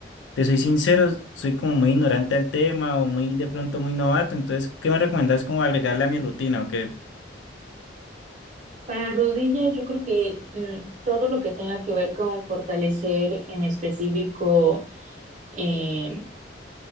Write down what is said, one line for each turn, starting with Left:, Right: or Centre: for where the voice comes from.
Left: te soy sincero, soy como muy ignorante al tema o muy de pronto muy novato, entonces, ¿qué me recomiendas como agregarle a mi rutina o qué?
Right: Para la rodilla yo creo que mm, todo lo que tenga que ver con fortalecer en específico, eh,